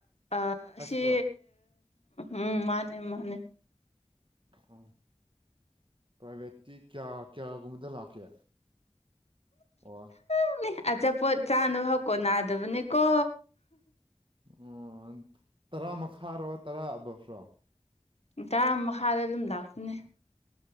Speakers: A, on the left; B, on the right.
A: ꯑ
B: ꯍꯥꯏ
A: ꯁꯤ
B: ꯁ꯭ꯀꯨꯜ
A: ꯎꯝ ꯃꯥꯅꯦ ꯃꯥꯅꯦ
B: ꯑꯣ ꯄ꯭ꯔꯥꯏꯚꯦꯠꯇꯤ ꯀꯌꯥ ꯀꯌꯥꯒꯨꯝꯕꯗ ꯂꯥꯛꯀꯦ ꯋꯥ
A: ꯪꯅꯦ ꯑꯆꯥꯄꯣꯠ ꯆꯥꯅꯕ ꯍꯧꯀꯣ ꯅꯥꯗꯕꯅꯦꯀꯣ
B: ꯑꯣ ꯇꯔꯥ ꯃꯈꯥꯔꯣ ꯇꯔꯥ ꯑꯕꯞꯔꯣ
A: ꯇꯔꯥ ꯃꯈꯥꯗ ꯑꯗꯨꯝ ꯂꯥꯛꯄꯅꯦ